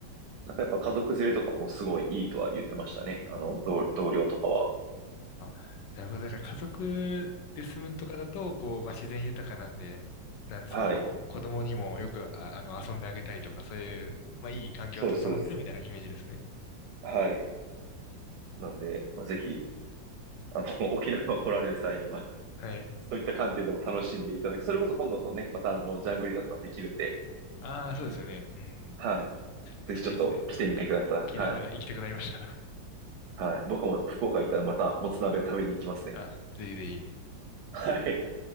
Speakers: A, on the right (about 70°); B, on the left (about 70°).
A: なんかやっぱ家族連れとかもすごいいいとは言ってましたね。あの、同、同僚とかは。
B: あ、なるほど。だから家族で住むとかだと、こう、まあ、自然豊かなんで、なんですかね、
A: はい。
B: こう、子供にもよく、あ、あの、遊んであげたいとか、そういう、まあ、いい環境が整ってるみたいなイメージですね。
A: そうです、そうです。はい。なんで、まあ、ぜひあの、沖縄に来られる際には、<laughs>
B: はい。
A: そういった観点でも楽しんでいただき、それこそ今度のね、またあの、ジャングリラとかできるんで、
B: ああ、そうですよね。うんうん。い
A: はい。
B: やちょっといいですね。
A: ぜひちょっと来てみてください。
B: なんか、沖縄行きたくなりました。
A: はい。はい。僕も福岡行ったらまたもつ鍋食べに行きますね。
B: <laughs> あ、ぜひぜひ。
A: はい。